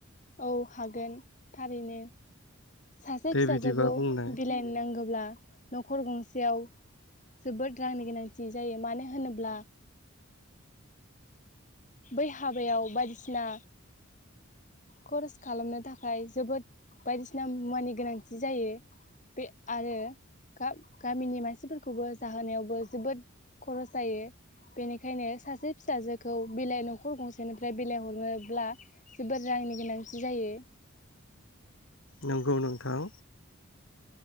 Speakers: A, on the left; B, on the left.
A: औ हागोन थारैनो सासे
B: दे
A: फिसाजोखौ
B: बिदिबा बुंनाय
A: बिलाइनो नांगौ न'खर गंसेयाव जोबोद रांनि गोनांथि जायो मानो होनोब्ला बै हाबायाव बायदिसिना खरस खालामनो थाखाय जोबोद बायदिसिना मुवानि गोनांथि जायो। बे आरो गामिनि मानसिफोरखौबो जाहोनायावबो जोबोद खरस जायो बेनिखायनो सासे फिसाजोखौ बिलाइ न'खर गंसेनिफ्राय बिलाइ हरनोब्ला जोबोद रांनि गोनांथि जायो।
B: नंगौ नोंथां